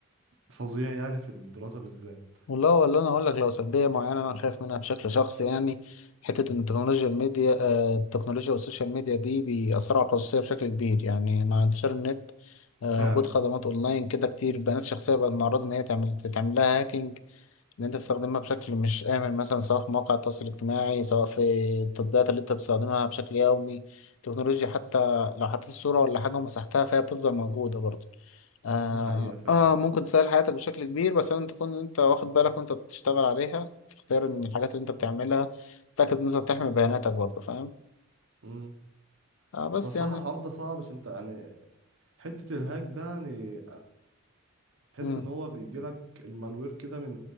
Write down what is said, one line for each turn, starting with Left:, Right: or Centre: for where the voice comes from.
Right: فظيع يعني في الدراسه بالذات
Left: والله ولا انا اقول لك لو سلبيه معينه انا خايف منها بشكل شخصي يعني حته ان التكنولوجيا الميديا آه، التكنولوجيا والسوشيال ميديا دي بيأثروا على الخصوصيه بشكل كبير يعني مع انتشار النت آه،
Right: فعلا
Left: وجود خدمات اونلاين كده كتير بيانات شخصيه بقت معرضه ان هي تعمل تعمل لها هاكينج ان انت تستخدمها بشكل مش امن مثلا سواء في مواقع التواصل الاجتماعي سواء في التطبيقات اللي انت بتستخدمها بشكل يومي التكنولوجيا حتى لو حطيت صوره ولا حاجه ومسحتها فهي بتفضل موجوده برضه آه,
Right: دي حقيقه فعلا
Left: آه ممكن تسهل حياتك بشكل كبير بس لازم تكون أنت واخد بالك وأنت بتشتغل عليها في اختيار من الحاجات اللي أنت بتعملها تتأكد إن أنت بتحمي بياناتك برضه فاهم
Right: امم
Left: آه بس
Right: هو الصراحه
Left: يعني
Right: الحوار ده صعب عشان انت يعني حته الهاك ده يعني تحس
Left: مم.
Right: ان هو بيجي لك المالوير كده من